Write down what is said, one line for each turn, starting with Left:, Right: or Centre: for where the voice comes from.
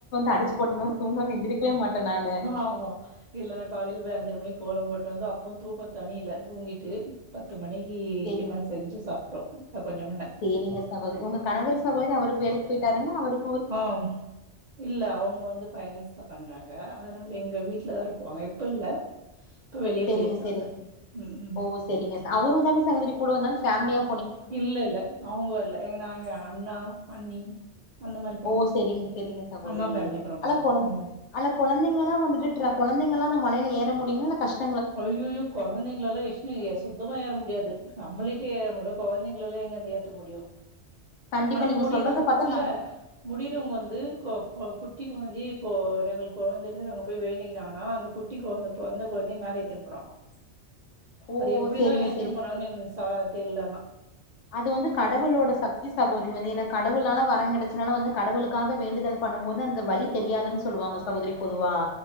Left: அடிச்சு போட்ட மாரி தூங்காம எந்திரிக்கவே மாட்டே நானு
Right: ஆ ஆமா இல்லனா காலைல போய் அஞ்சர மணிக் கோலம் போட் டு வந்து அப்பவு தூக்க தனியில்ல தூங்கிட்டு பத்து மணிக்கு
Left: சேரி
Right: டிஃபன் செஞ்சு சாப்ட்டோ அ பண்ண பண்ண
Left: சேரிங்க சகோதரி உங்க கணவர் சகோதரி அவருக்கு வேலைக்கு போயிட்டாருங்க அவருக்
Right: ஆ இல்ல அவ்ங்க வந்து ஃபைனான்ஸ் தா பண்றாங்க அதனால எங்க வீட்லதா இருக்குவாங்க இப்ப இல்ல இப்ப வெளிய
Left: சேரிங்க
Right: போயிருக்காங்க
Left: சேரிங்
Right: ம் ம்
Left: ஓ சேரிங்க அவரு தானே சகோதரி கூட வந்தாலு ஃபேம்லியா
Right: இல்ல இல்ல அவ்ங்க வர்ல எங்க நாங்க அண்ணா அண்ணி அந்த மாரி போனோ.
Left: ஓ செரிங்க செரிங்க சகோதரி
Right: அண்ணா ஃபேமிலி கூட
Left: ஆனா
Right: போனோ.
Left: கொழந்த
Right: ம்.
Left: அல்ல கொழந்தைங்களா வந்துட்டு ட்ர கொழந்தைங்களா அந்த மலைல ஏற முடியும்மா இல்ல கஷ்ட
Right: ஐயோயோ கொழந்தைங்களலா வெச்சுனு எ சுத்தமா ஏற முடியாது நம்பளே ஏற முட்ல கொழந்தைங்களலா எங்கருந்து ஏத்த முடியு
Left: கண்டிப்பா
Right: ஆனா
Left: நீங்க
Right: முடியிறவ்
Left: சொல்றத பாத்தா
Right: இல்ல
Left: நா
Right: முடியிறவ்ங்க வந்து கொ கொ கூட் குட்டி கொழந்தயு இப்போ எங்க கொழந்தைலே அங்க போய் வேண்டிங்கிறாங்க அந்த குட்டி கொழந்த பெறந்த கொழந்த மேலே ட்த்துன் போறாங்களா
Left: ஓ
Right: அது எப்டிதா
Left: செரிங்க
Right: எட்த்துன்னு
Left: செரிங்க
Right: போனாங்கன்
Left: ச
Right: எனக்கு சா தெர்லனா
Left: அது வந்து கடவுளோட சக்தி சகோதரி வந்து ஏனா கடவுளால வரங்கெடச்சு இத்தநாளா வந்து கடவுளுக்காக வேண்டுதல் பண்ணும் போது அந்த வழி தெரியாதுன் சொல்லுவாங்க சகோதரி பொதுவா